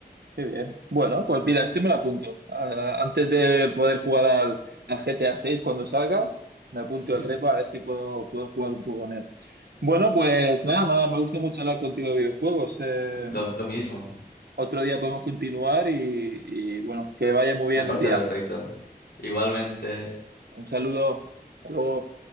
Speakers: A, on the right; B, on the left.
A: Qué bien. Bueno, pues mira, este me lo apunto. Ah, Antes de poder jugar al, al GTA 6 cuando salga, me apunto
B: <laughs>
A: el repo a ver si puedo, puedo jugar un poco con él. Bueno, pues nada, ma- me gusta mucho hablar contigo de videojuegos. Eh,
B: Lo, lo mismo,
A: otro día podemos continuar y, y bueno, que vaya muy
B: me
A: bien
B: parece
A: el día.
B: perfecto. Igualmente.
A: Un saludo. Hasta luego.